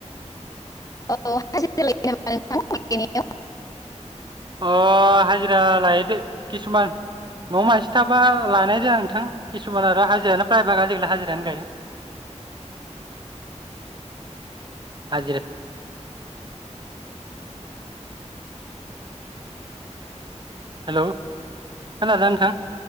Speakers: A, on the left; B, on the right.
A: औ हाजिरोल नामा नोंथां?
B: अ हाजिरा लायैदे किसुमान न'आव मानसि थाबा लानाय जाया नोंथां किसुमान आरो हाजिरायानो प्राइभाग आजिखालि हाजिरायानो गायदों हाजिरा हेल' खोनादोंना नोंथां?